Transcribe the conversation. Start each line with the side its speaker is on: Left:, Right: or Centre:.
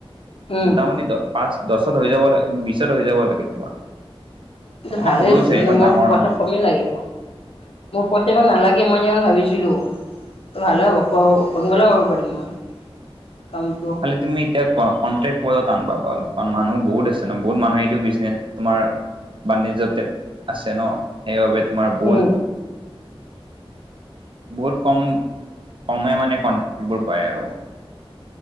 Left: উম
Right: মোটামুটি দ পাঁচ, দছত হৈ যাব লাগে বিছত হৈ যাব লাগে তোমাৰ।
Left: কিন্তু
Right: মানে
Left: ভালেচোন।
Right: সৰু চাই
Left: <unintelligible>
Right: ইমান
Left: মোৰ
Right: ডাঙৰ
Left: পইচা
Right: নহয়
Left: কমেই লাগিব। মোৰ পইচা ইমান নালাগে মই যিমান ভাবিছিলো। ভালে হ'ব কৰ সোনকালে কৰিব পাৰিম মই কামটো।
Right: খালি তুমি এতিয়া কণ-কণ্ট্ৰেক্ট পোৱাটো টান পাবা। কাৰণ মানুহ বহুত আছে ন। বহুত মানুহে এইটো বিজনেছ তোমাৰ বাণিজ্যতে আছে ন। সেইবাবে তোমাৰ বহুত
Left: উম।
Right: বহুত কম কমে মানে কন্ট্ৰেক্টবোৰ পায় আৰু।